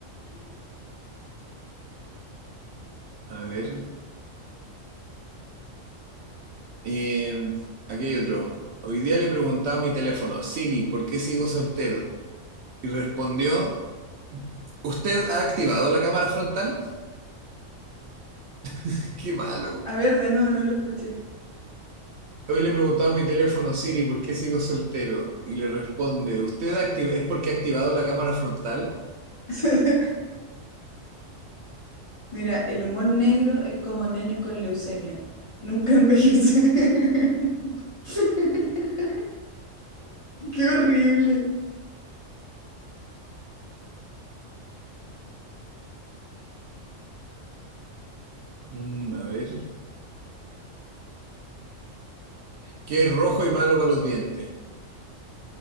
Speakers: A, on the right; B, on the left.
A: A ver. eh, aquí hay otro. Hoy día le preguntaba a mi teléfono, Siri, ¿por qué sigo soltero? Y respondió... ¿Usted ha activado la cámara frontal? <laughs> Qué malo.
B: A ver, de nuevo, no lo escuché.
A: Hoy le preguntaba a mi teléfono Siri por qué sigo soltero y le responde, ¿usted ha activ- es porque ha activado la cámara frontal?
B: <laughs> Mira, el humor negro es como nenes con leucemia. Nunca envejece. <laughs> Qué horrible.
A: Mm, a ver, ¿qué es rojo y malo para los dientes?